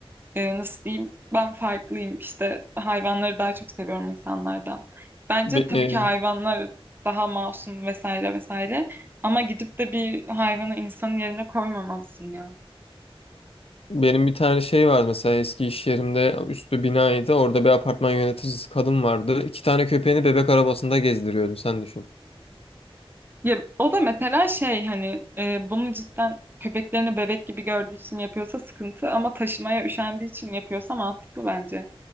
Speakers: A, on the right; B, on the left.
A: e, nasıl diyeyim ben farklıyım işte hayvanları daha çok seviyorum insanlardan. Bence
B: Be-
A: tabii
B: e,
A: ki hayvanlar daha masum vesaire vesaire ama gidip de bir hayvanı insanın yerine koymamalısın ya.
B: benim bir tane şey var mesela eski iş yerimde üstü binaydı. Orada bir apartman yöneticisi kadın vardı. İki tane köpeğini bebek arabasında gezdiriyordu. Sen düşün.
A: Ya o da mesela şey hani e, bunu cidden köpeklerini bebek gibi gördüğü için yapıyorsa sıkıntı ama taşımaya üşendiği için yapıyorsa mantıklı bence.